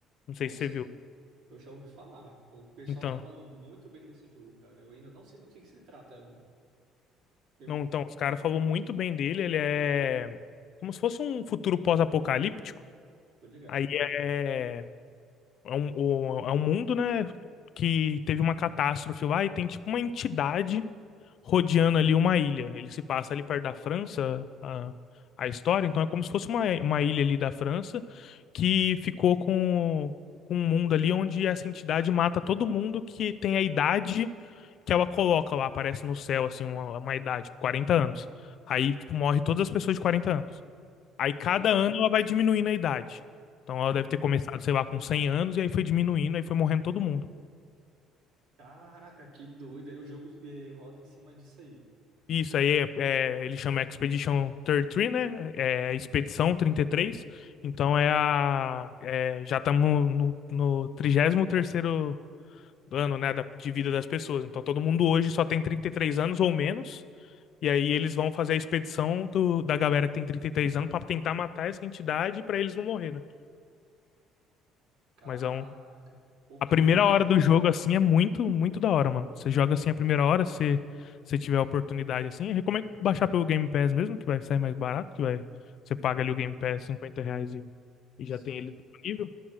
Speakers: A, on the left (about 50°); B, on the right (about 80°).
A: Não sei
B: Nossa,
A: se você viu.
B: Eu já ouvi falar. O pessoal
A: Então,
B: tá falando muito bem desse jogo, cara. Eu ainda não sei do que que se trata. Eu, eu
A: não, então os caras falam muito bem dele. Ele é como se fosse um futuro pós-apocalíptico.
B: tô ligado.
A: Aí é. é um, o- é um mundo, né, que teve uma catástrofe lá e tem tipo uma entidade rodeando ali uma ilha. Ele se passa ali perto da França, a, a história, então é como se fosse uma, uma ilha ali da França que ficou com, com um mundo ali onde essa entidade mata todo mundo que tem a idade que ela coloca lá, aparece no céu, assim, uma, uma idade, tipo, 40 anos. Aí, tipo, morre todas as pessoas de 40 anos. Aí cada
B: Caraca,
A: ano ela vai diminuindo a idade. Então ela
B: ai,
A: deve ter começado, sei lá, com 100 anos, e aí foi diminuindo, aí foi morrendo todo mundo.
B: caraca, que doido. Aí o jogo eh, roda em cima disso aí.
A: Isso aí é, é, ele chama Expedition trinta e Três, né? É é Expedição trinta e Três. Então é a. é, já estamos no, no 33º ano, né, da- de vida das pessoas. Então todo mundo hoje só tem 33 anos ou menos. E aí eles vão fazer a expedição do- da galera que tem 33 anos para tentar matar essa entidade para eles não morrer, né?
B: Caraca.
A: Mas é um,
B: Pô,
A: A
B: que
A: primeira
B: doido esse
A: hora
B: jogo.
A: do jogo, assim, é muito, muito da hora, mano. Você joga assim a primeira hora, se você tiver a oportunidade, assim. Eu recomendo baixar pelo Game Pass mesmo, que vai sair mais barato, que vai. Você paga ali o Game Pass 50 reais e, e
B: Se
A: já tem
B: Eu,
A: ele disponível.